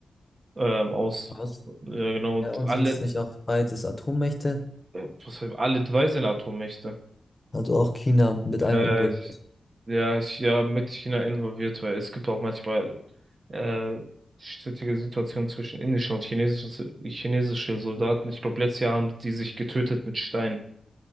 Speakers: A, on the right; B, on the left.
A: ähm, aus.
B: aus,
A: Ja, genau, und
B: äh, und
A: alle,
B: sind es nicht auch beides Atommächte?
A: äh, was, alle drei sind Atommächte.
B: Also auch China mit
A: Äh,
B: einem involviert.
A: ich, ja, ich, ja, mit China involviert, weil es gibt auch manchmal, äh, strittige Situationen zwischen indischer und chinesischer, chinesische Soldaten. Ich glaube, letztes Jahr haben die sich getötet mit Steinen.